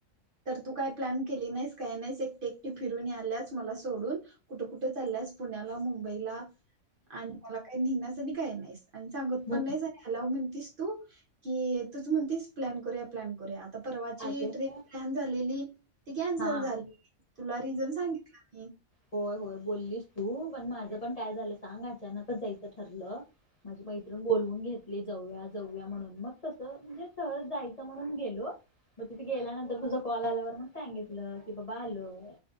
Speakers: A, on the right; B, on the left.
A: तर तू काय प्लॅन केली नाहीस काही नाहीस एकटी-एकटी फिरून आल्यास मला सोडून. कुठं-कुठं चाललंयस पुण्याला मुंबईला आणि मला काही नेहण्यास आणि काय नाहीस आणि सांगत
B: मु
A: पण नाही. हॅलाव म्हणतीस तू कि तूच म्हणतीस प्लॅन करूया प्लॅन करूया आता परवाची
B: अगं
A: ट्रीप प्लॅन झालेली ती कॅन्सल
B: हा
A: झाली तुला रिझन सांगितलं मी.
B: होय-होय बोललीस तू पण माझं पण काय झालं सांग अचानकच जायचं ठरलं. माझी मैत्रिण बोलवून घेतली जाऊया-जाऊया म्हणून मग तसं म्हणजे सहज जायचं म्हणून गेलो. मग तिथे गेल्यानंतर तुझा कॉल आल्यावर मग सांगितलं की बाबा आलोय.